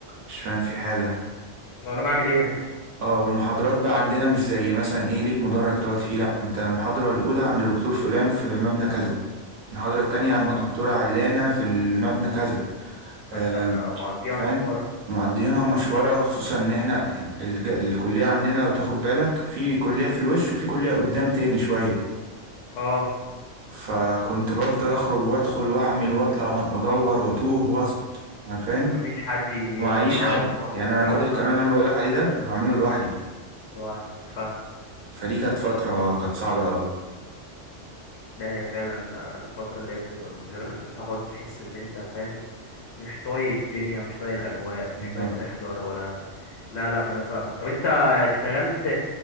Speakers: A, on the right; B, on the left.
A: مش فاهم فيه حاجة
B: هو أنا بعمل إيه هنا؟
A: اه والمحاضرات بقى عندنا مش زي مثلا ايه ليك مدرج تقعد فيه لا انت المحاضرة الأولى عند دكتور فلان في مبنى كذا المحاضرة التانية
B: اه
A: عند دكتورة علانة في المبنى كذا آه،
B: فأنت م- مقضيها
A: فاهم
B: مشوارة
A: معديينها مشوارة خصوصا ان احنا الج... الكلية عندنا لو تاخد بالك في كلية في الوش وفي كلية قدام تاني شوية
B: اه
A: فكنت بفضل اخرج وادخل واعمل واطلع وأ- وادور واتوه وأص... يعني فاهم
B: مفيش حد ي-
A: ومعيش
B: ي- اه
A: حد
B: تدوروا
A: يعني انا
B: سوا
A: كل الكلام
B: اه
A: اللي انا بقولك عليه ده انا بعمله لوحدي
B: لوحدك فاهم
A: فدي كانت فترة كانت صعبة قوي
B: ده هي فعلا آه، الفترة اللي هي بتبقى من غير صاحبك بتحس إن أنت فاهم مش طايق الدنيا مش طايق الاجواء مش
A: بالظبط
B: طايق تحضر ولا لا لا ما انا فاهمك طب انت اشتغلت